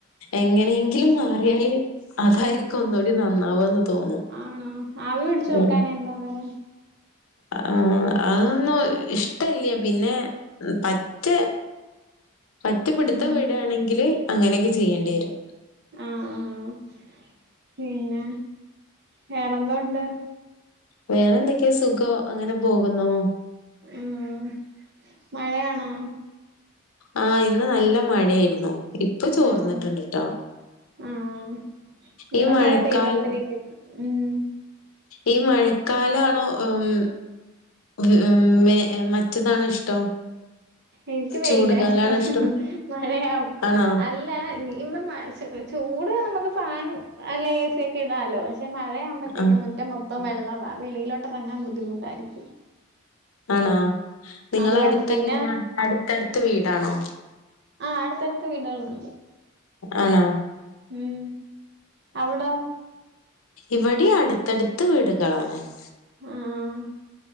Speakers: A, on the left; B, on the right.
A: എങ്ങനെയെങ്കിലും മാറിയാല് അതായിരിക്കും ഒന്നൂടി നന്നാവന്ന് തോന്നും
B: ആണോ ആവി പിടിച്ചു നോക്കാനെ
A: ഉം
B: എന്താന്നേരം
A: ആഹ് അന്നോ ഇഷ്ടല്ലേ പിന്നെ പ റ്റെ പറ്റെ പിടുത്തം
B: ഉം
A: വീടാണെങ്കില് അങ്ങനെയൊക്കെ ചെയ്യേണ്ടിയെരും
B: ആഹ് ആഹ് പിന്നെ വെറെന്തോണ്ട്?
A: വേറെ എന്തൊക്കെ സുഖം അങ്ങനെ പോകുന്നൂ
B: ഉം മഴയാണോ?
A: ആഹ് ഇന്ന് നല്ല മഴയായിർന്നു ഇപ് ഇപ്പൊ ചോർന്നിട്ടുണ്ട്ട്ടോ
B: ആഹ് ആഹ് ഇവിടെ
A: ഈ മഴക്കാലം
B: മഴ പെയ്തോണ്ടിരിക്കുന്നു ഉം
A: ഈ മഴക്കാലാണോ ഉം ഉം ഉം മ മറ്റതാണോ ഇഷ്ടം
B: എനിക്ക് വെയിലാ
A: ചൂടുകാലാണോ
B: ഇഷ്ട്ടം
A: ഇഷ്ടം?
B: മഴയാവു
A: ആണോ?
B: അല്ല ഇന്നും മ ചൂട് നമുക്ക് ഫാനും അല്ലെ എ സിയ ഒക്കെ ഇടാല്ലോ പക്ഷെ മഴയാവുമ്പോഴത്തേക്കും
A: ആഹ്
B: മുറ്റം മൊത്ത ത്തം വെള്ളവ വെളിയിലോട്ടിറങ്ങാൻ ബുദ്ധിമുട്ടായിരിക്കും
A: ആണോ നിങ്ങളെ
B: അതുകൊണ്ട്
A: അടുത്ത്
B: പിന്നെ
A: എങ്ങനെയ അടുത്തടുത്ത് വീടാണോ?
B: ആഹ് ആഹ് അടുത്തടുത്ത് വീടുകളുണ്ട്
A: ആണോ
B: ഉം അവിടോ
A: ഇവിടേം അടുത്തടുത്ത് വീടുകളാണ് <inaudible>
B: ആഹ്